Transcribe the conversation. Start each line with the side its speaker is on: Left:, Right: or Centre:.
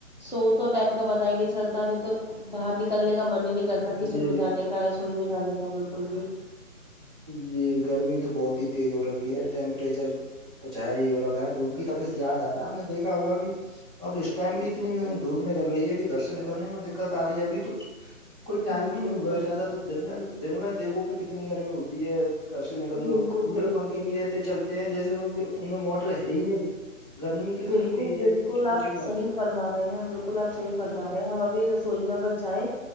Left: سو تو ٹائم کا پتا ہی نہیں چلتا نہیں تو باہر نکلنے کا من ہی نہیں کرتا کچن
Right: جی
Left: میں جانے کا رسوئی میں جانے کا بالکل بھی
Right: جی گرمی تو بہت ہی تیز ہو رکھی ہے ٹیمپریچر کچھ زیادہ ہو رکھا ہے دھوپ کی تپس زیادہ ہے آپ نے دیکھا ہوگا کی اب اس ٹائم بھی اتنی دھوپ نکل رہی ہے کہ گھر سے نکلنے میں دقت آ رہی ہے ابھی تو کوئی ٹائم
Left: بالکل
Right: بھی نہیں ہوا
Left: بالکل
Right: ہے زیادہ تو دن میں دن میں دیکھو کہ کتنی گرمی ہوتی ہے گھر سے نکلنا
Left: بالکل
Right: کولر
Left: بالکل
Right: پنکھے بھی ایسے چلتے ہیں جیسے ان کے ان میں موٹر ہے ہی نہیں گرمی تو اتنی
Left: بالکل
Right: تیز ہے
Left: بالکل
Right: کہ کچھ پوچھو
Left: آپ
Right: ہی مت
Left: صحیح فرما رہے ہیں ہم بالکل آپ صحیح فرمار ہے ہیں ہم ابھی رسوئی میی اگر جائیں